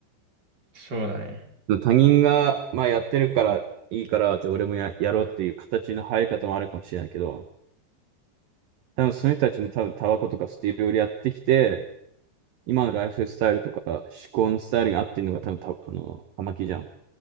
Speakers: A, on the right; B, on the right.
A: そうだね。
B: 他人が、まあ、やってるからいいから、じゃあ俺もや、やろうっていう形の入り方もあるかもしれないけど、多分その人たちも多分タバコとかステいろいろやってきて、今のライフスタイルとか思考のスタイルに合ってるのが多分た、あの、葉巻じゃん。